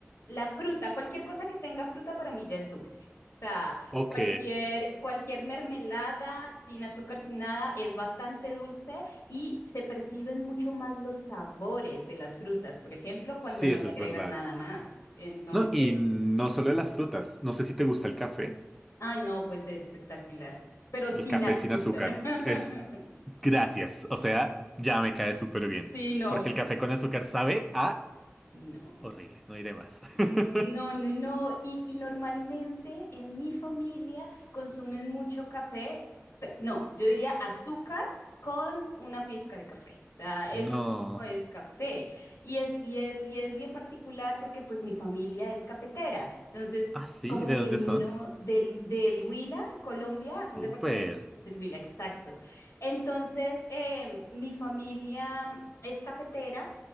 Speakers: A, on the left (about 85°); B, in the centre.
A: La fruta, cualquier cosa que tenga fruta para mí ya es dulce. O sea,
B: Ok,
A: cualquier, cualquier mermelada sin azúcar, sin nada, es bastante dulce y se perciben mucho más los sabores de las frutas, por ejemplo, cuando
B: sí,
A: no
B: eso
A: le
B: es
A: agregas
B: verdad.
A: nada más. Entonces,
B: No, y no solo las frutas. No sé si te gusta el café.
A: ay, no, pues es espectacular, pero sin
B: El café
A: azúcar.
B: sin azúcar.
A: <laughs>
B: Es gracias. O sea, ya me cae súper bien.
A: Sí, no,
B: Porque
A: sin
B: el café
A: azúcar.
B: con azúcar sabe a
A: No.
B: horrible. No iré más.
A: N-
B: <laughs>
A: No, no, no. Y, y normalmente en mi familia consumen mucho café. pe- No, yo diría azúcar con una pizca de café. O sea, eso
B: No.
A: no es café. Y es, y es, y es bien particular porque pues mi familia es cafetera. Entonces,
B: Ah, sí.
A: como
B: ¿De
A: que
B: dónde
A: no,
B: son?
A: del, del Huila, en Colombia, un
B: Súper.
A: departamento es el Huila, exacto. Entonces, em, mi familia es cafetera.